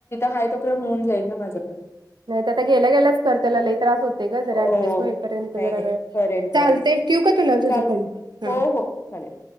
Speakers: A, on the left; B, on the right.
A: हाय तो पर्यंत होऊन जाईल ना माझ्याकडन
B: नाही तर आता गेल्या गेल्याच कर त्याला लई त्रास होते ग जरा
A: हो
B: ऍडजस्ट होईपर्यंत
A: नाही
B: जरा
A: नाही
B: वेळ
A: करेन करेन
B: चालतय ठिव का तुला तुझ
A: चालते
B: फोन
A: हो
B: हा
A: हो चालेल.